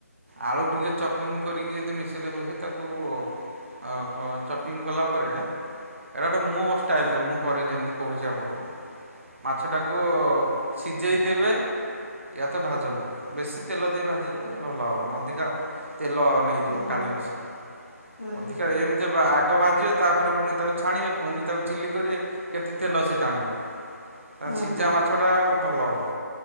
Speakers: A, on the right; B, on the left.
A: ଆଳୁ ଟିକେ ଚପିଙ୍ଗ କରିକି ଯଦି ମିସ୍ ଇଲେ ବି ତାକୁ ଆ ବ ଚପିଙ୍ଗ କଲା ପରେ ଏଇଟା ଗୋଟେ ମୋ ଷ୍ଟାଇଲରେ ମୁଁ କରେ ଯେମିତି କହୁଛି ଆପଣଙ୍କୁ। ମାଛଟାକୁ ଉ ସିଝେଇ ଦେବେ। ୟା ତ ଭାଜନ୍ତୁ ବେଶି ତେଲ ଦେଇ ଭାଜିଲେ ଭଲ ହବନି ଅଧିକା ଆଉ। ତେଲ ନେଇଯିବ
B: ହୁଁ
A: ଟାଣିବସି
B: ହୁଁ
A: ଅଧିକା ଏମିତି ବାହା ଆଗ ଭାଜିବେ ତାପରେ ପୁଣି ତାକୁ ଛାଣିବେ ପୁଣି ତାକୁ ଚିଲି କରିବେ କେତେ ତେଲ ସିଏ ଟାଣିବ।
B: ହୁଁ
A: ସିଝା
B: ହୁଁ
A: ମାଛ ଟା ଭଲ ହବ।